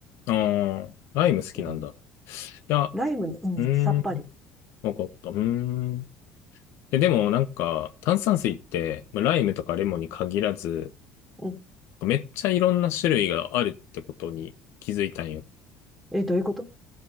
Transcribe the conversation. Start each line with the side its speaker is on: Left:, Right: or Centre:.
Left: ああ、ライム好きなんだ。
Centre: うん。
Left: いや、
Centre: ライムうん、
Left: うーん。
Centre: さっぱり。
Left: わかった。うーん。え、でもなんか、炭酸水って、まあライムとかレモンに限らず、
Centre: うん。
Left: めっちゃいろんな種類があるってことに気づいたんよ。
Centre: え、どういうこと